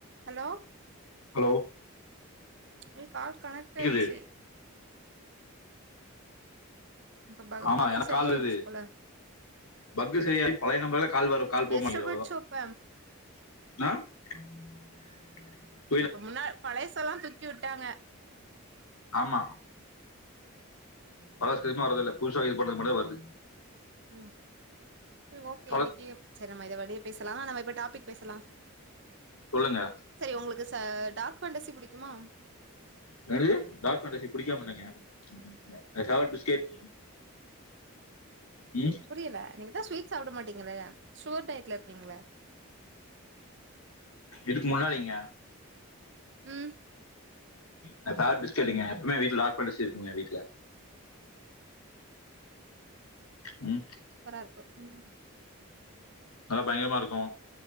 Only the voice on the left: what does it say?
hello
கேக்குது
ஆமா
எனக்கு
கால் வருது
பக்கு சரியாயி பழைய நம்பர்ல கால் வர கால் போ
மாட்டிக்குது அவ்ளதா
அ
ஆமா பழசு எதுமே வர்றதுல்ல புதுசா இது பண்ணது மட்டுந்தா வருது
பழ
சொல்லுங்க
என்னது டார்க் ஃபேன்டசி புடிக்காமல்லைங்க மை ஃபேவர்ட் பிஸ்கேட் ம்
இதுக்கு முன்னாடிங்க
மை ஃபேவரேட் பிஸ்கேட்டுங்க எப்பவுமே வீட்ல டார்க் ஃபேன்டசி இருக்குங்க வீட்ல ம்
நல்லா பயங்கரமா இருக்கோ